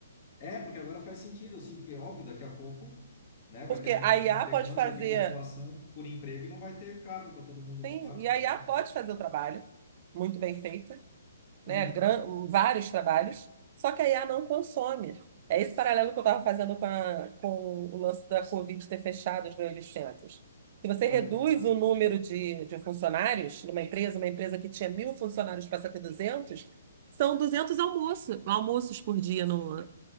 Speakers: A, on the left (about 45°); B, on the right (about 40°).
A: É, porque agora faz sentido, assim, porque óbvio, daqui a pouco, né, vai
B: Porque
A: ter uma,
B: a
A: vai
B: IA
A: ter uma demanda
B: pode fazer.
A: de população por emprego e não vai ter cargo para todo mundo
B: Sim,
A: ocupar,
B: e a
A: por
B: IA
A: exemplo.
B: pode fazer o trabalho, muito bem feito, né,
A: Uhum.
B: gran- vários trabalhos, só que a IA não consome. É esse paralelo que eu estava fazendo com, a- com o lance da Covid ter fechado os 1.800. Se você
A: Olha,
B: reduz
A: é verdade.
B: o
A: É.
B: número de, de funcionários numa empresa, uma empresa que tinha mil funcionários passa a ter 200, são 200 almoços, almoços por dia no,